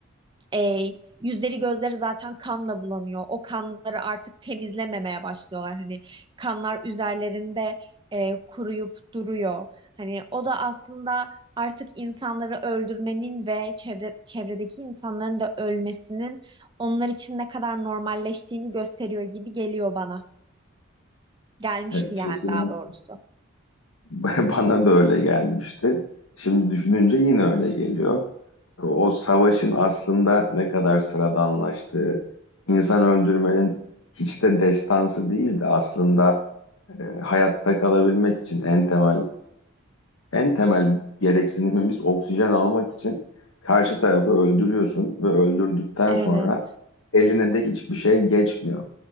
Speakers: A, on the right (about 20°); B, on the left (about 85°).
A: e, yüzleri gözleri zaten kanla bulanıyor. O kanları artık temizlememeye başlıyorlar. Hani kanlar üzerlerinde e, kuruyup duruyor. Hani o da aslında artık insanları öldürmenin ve çevre, çevredeki insanların da ölmesinin onlar için ne kadar normalleştiğini gösteriyor gibi geliyor bana. Gelmişti
B: Yani kesin
A: yani daha doğrusu.
B: <laughs> Bana da öyle gelmişti. Şimdi düşününce yine öyle geliyor. O savaşın aslında ne kadar sıradanlaştığı, insan öldürmenin hiç de destansı değil de aslında e, hayatta kalabilmek için en temel en temel gereksinimimiz oksijen almak için karşı tarafı öldürüyorsun ve öldürdükten
A: Evet.
B: sonra eline de hiçbir şey geçmiyor.